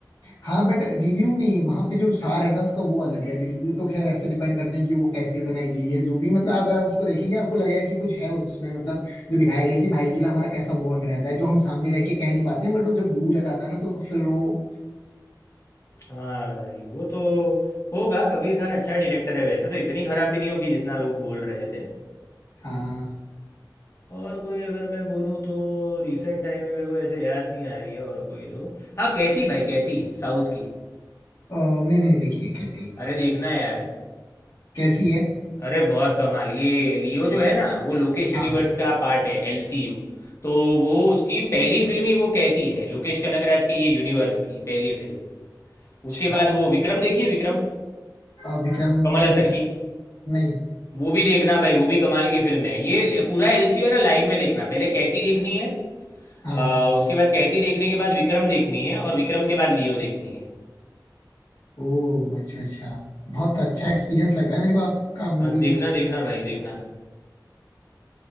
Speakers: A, on the left (about 65°); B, on the left (about 40°).
A: हाँ बट रिव्यू नहीं वहां पे जो सार है ना उसका वो अलग है रिव्यू तो खैर ऐसे डिपेंड करते हैं कि वो कैसे बनाई गई है जो भी मतलब अगर आप उसको देखेंगे आपको लगेगा कि कुछ है उसमें मतलब जो दिखाया गया है कि भाई के लिए हमारा कैसा बॉन्ड रहता है जो हम सामने रह के कह नहीं पाते हैं बट वो जब दूर जाता है ना तो फिर वो
B: हाँ भाई वो तो होगा कबीर खान अच्छा डायरेक्टर है वैसे तो इतनी ख़राब भी नहीं होगी जितना लोग बोल रहे थे
A: हाँ
B: और कोई अगर मैं बोलूँ तो रिसेंट टाइम में मेरे को ऐसे याद नहीं आ रही है और कोई तो हाँ कैथी भाई कैथी साउथ की
A: अ, मैंने नहीं देखी है कहती
B: अरे देखना यार
A: कैसी है
B: अरे बहुत कमाल ये लियो जो है ना वो लोकेश यूनिवर्स
A: हाँ
B: का पार्ट है एलसीयू तो वो उसकी पहली फिल्म ही वो कहती है लोकेश कनगराज की ये यूनिवर्स की पहली फिल्म
A: अच्छा
B: उसके बाद वो विक्रम देखिए विक्रम
A: अ, विक्रम
B: कमल
A: नहीं
B: हसन
A: देखी
B: की
A: नहीं
B: वो भी देखना भाई वो भी कमाल की फिल्म है ये पूरा एलसीयू है ना लाइन में देखना पहले कहती देखनी है
A: हाँ
B: आ, उसके बाद कहती देखने के बाद विक्रम देखनी है और विक्रम के बाद लियो देखनी है
A: ओह अच्छा अच्छा बहुत अच्छा एक्सपीरियंस लग रहा है मेरे को आपका
B: हाँ
A: मूवी
B: देखना
A: के क्षेत्र
B: देखना
A: में
B: भाई देखना